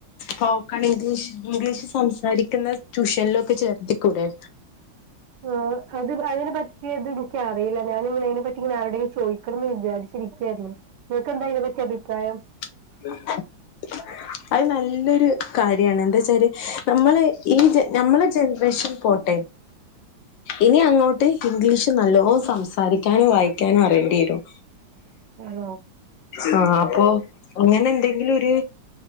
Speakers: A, on the left; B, on the right.
A: സോപക്കൺ ഇംഗ്ലീഷ് ഇംഗ്ലീഷ് സംസാരിക്കുന്ന ട്യൂഷനിലൊക്കെ ചേർത്തിക്കൂടെ?
B: ആ അത് അതിനെ പറ്റിയത് എനിക്കറിയില്ല. ഞാൻ നിങ്ങ അതിനെ പറ്റി ഇങ്ങനെ ആരുടെെങ്കിലും ചോദിക്കണമെന്ന് വിചാരിച്ചിരിക്കായിരുന്നു നിങ്ങക്കെന്താ അതിനെ പറ്റി അഭിപ്രായം?
A: <inaudible> അത് നല്ലൊരു കാര്യമാണ് എന്താ വച്ചാല് നമ്മള് ഈ നമ്മളെ ജനറേഷൻ പോട്ടെ ഇനി അങ്ങോട്ട് ഇംഗ്ലീഷ് നല്ലോ സംസാരിക്കാനോ വായിക്കാനോ അറിയേണ്ടി വരും.
B: ആണോ
A: ആ അപ്പൊ അങ്ങനെ എന്തെങ്കിലും ഒരു